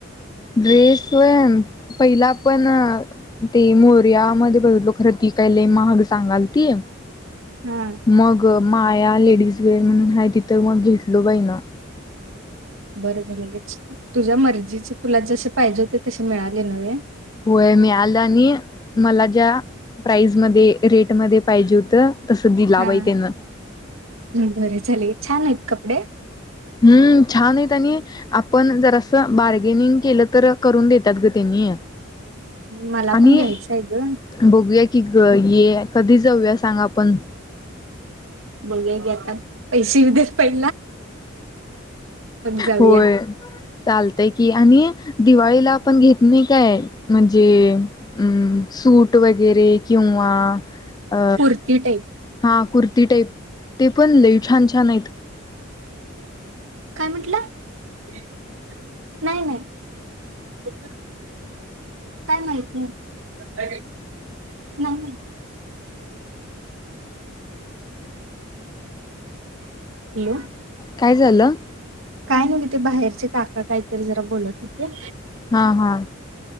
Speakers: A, on the left; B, on the right.
A: ड्रेसय पहिला पण ते मोर्यामध्येध्ये बघितलो खरं ती काय लय महाग सांगाल ती
B: हा
A: मग माया लेडीज वेअर म्हणून आहे ति तर मग घेतलो बाई ना
B: बरं झालंे तुझ्या मर्जीचे तुला जसे पाहिजे होते तसे मिळाले नव्हे
A: होय मी आलं आणि मला ज्या प्राईसमध्ये रेटमध्ये पाहिजे होत तस दिला
B: हा
A: बाई त्यान
B: बरे झाले छान आहेत कपडे.
A: हम्म छान आहेत आणि आपण जरासं बार्गेनिंग केलं तर करून देत त्यात ग त्यांनी
B: मला
A: आणि
B: पण घ्यायचं आहे ग
A: बघूया की ग हे कधीच जाऊया सांग आपण.
B: बघूया की आता पैसे येऊ दे पै जाऊया
A: होय चालतंय की आणि दिवाळीला आपण घेत नाही काय म्हणजे अ सूट वगैरे किंवा. अ
B: कुर्ती टाईप.
A: हा कुर्ती टाईप. ते पण लई छान छान हाईत.
B: काय म्हटलं? <inaudible> नाही नाही <inaudible> काय माहित नाही. <inaudible> नाही माहित. <inaudible> हॅलो.
A: काय झालं.
B: काय नाही ते बाहेरचे काका काहीतरी जरा बोलत होते
A: हा हा